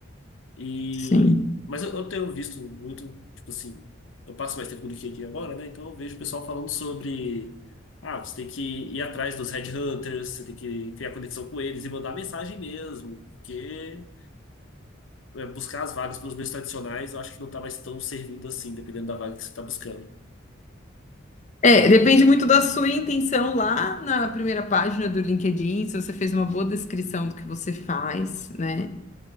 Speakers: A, on the left; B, on the left.
A: E,
B: Sim.
A: mas eu, eu tenho visto muito, tipo assim, eu passo mais tempo do que aqui agora, né? Então eu vejo o pessoal falando sobre, ah, você tem que ir atrás dos headhunters, você tem que criar conexão com eles e mandar mensagem mesmo, porque é, buscar as vagas pelos meios tradicionais, eu acho que não tá mais tão servindo assim, dependendo da vaga que você está buscando.
B: É, depende muito da sua intenção lá na primeira página do LinkedIn, se você fez uma boa descrição do que você faz, né?